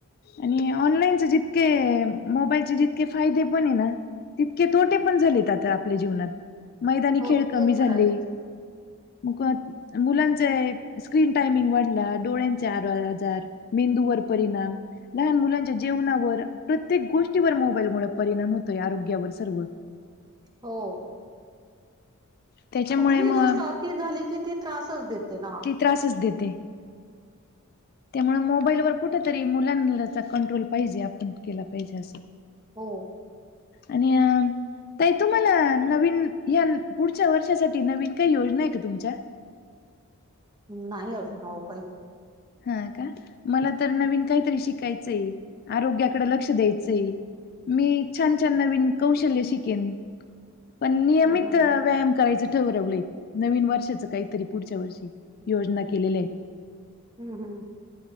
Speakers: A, on the left; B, on the right.
A: आणि ऑनलाईनचे जितके मोबाईलचे जितके फायदे पण ये आहे ना. तितके तोटे पण झालेत आता आपल्या जीवनात मैदानी
B: हो
A: खेळ
B: ते
A: कमी झाले
B: तर आहेच
A: मुकत मुलांचे स्क्रीन टायमिंग वाढला डोळ्यांचे अर हजार मेंदूवर परिणाम लहान मुलांच्या जेवणावर प्रत्येक गोष्टीवर मोबाईलमुळे परिणाम होतोय आरोग्यावर सर्व
B: हो.
A: त्याच्यामुळे
B: कुठलीही
A: मग
B: गोष्ट अति झाली की ती त्रासच देते ना.
A: त्रासस देते. त्यामुळं मोबाईलवर कुठेतरी मुलांनाचा कंट्रोल पाहिजे आपण केला पाहिजे असं.
B: हो.
A: आणि अ तई तुम्हाला नवीन या पुढच्या वर्षासाठी नवीन काही योजना आहे का? तुमच्या?
B: नाही अजून आऊ काहीच
A: हां का मला तर नवीन काहीतरी शिकायचंय आरोग्याकडे लक्ष द्यायचंय. मी छान छान नवीन कौशल्य शिकेन. पण नियमित
B: हं, हं,
A: व्यायाम करायचं ठरवलंय. नवीन वर्षाच काहीतरी पुढच्या वर्षी योजना केलेल्या आहे.
B: हम् हम्.